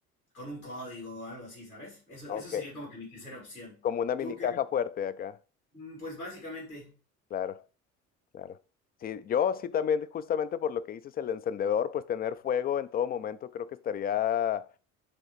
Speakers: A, on the left; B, on the left.
A: con un código o algo así, ¿sabes? Eso,
B: Ok.
A: eso sería como que mi tercera opción.
B: Como una mini
A: ¿Tú qué?
B: caja fuerte acá.
A: Mm, Pues básicamente,
B: Claro, claro. Sí, yo sí también, justamente por lo que dices, el encendedor, pues tener fuego en todo momento creo que estaría,